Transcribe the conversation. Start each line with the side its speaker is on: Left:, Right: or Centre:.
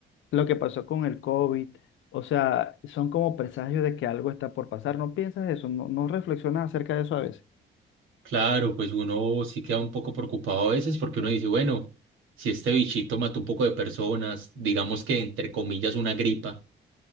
Left: lo que pasó con el COVID, o sea, son como presagios de que algo está por pasar. ¿No piensas eso? ¿No, no reflexionas acerca de eso a veces?
Right: Claro, pues uno sí queda un poco preocupado a veces porque uno dice, bueno, si este bichito mató un poco de personas, digamos que entre comillas una gripa,